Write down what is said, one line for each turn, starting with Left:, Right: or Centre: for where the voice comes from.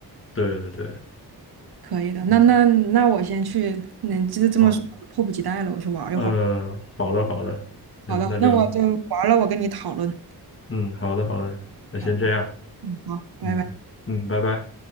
Left: 对对对，
Right: 可以的，那那那我先去，
Left: 嗯，
Right: 那这这么说，
Left: 好，
Right: 我迫不及待了，我去玩儿一会儿。
Left: 嗯，好的好的，行，
Right: 好的，
Left: 那就
Right: 那我就玩儿了，我跟你讨论。
Left: 嗯，好的好的，那先这样，
Right: 好的，嗯，好，拜拜。
Left: 嗯嗯，拜拜。